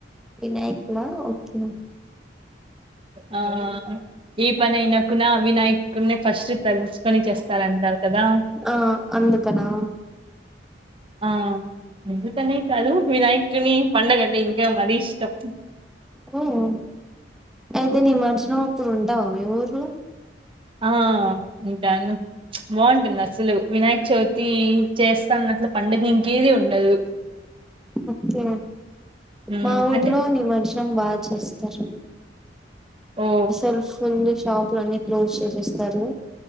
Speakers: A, in the centre; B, on the right (about 30°).
A: వినాయక్లా ఓకే
B: ఆ ఈ పని ఇనాకునా వినయక్ కునే ఫస్ట్ తలుసుకొని చేస్తారంటారు కదా
A: ఆ అందుకనా
B: ఆ ఎందుకనే కాదు వినాయకుడిని పండగంటే ఇంకా మరీ ఇష్టం
A: ఉమ్ అయితే నిమజ్జనం అప్పుడు ఉంటావా మీ ఊర్లో
B: ఆ ఉంటాను బాగుంటుంది అసలు వినాయక చవితి చేస్తాను అసలు పండుగ ఇంకేది ఉండదు.
A: ఒకే
B: మ్మ్
A: మా ఊర్లో
B: అంటే
A: నిమజ్జనం బదు చేస్తార్
B: ఓ
A: సెల్ ఫోన్లు షాపులు అన్ని క్లోజ్ చేసేస్తారు.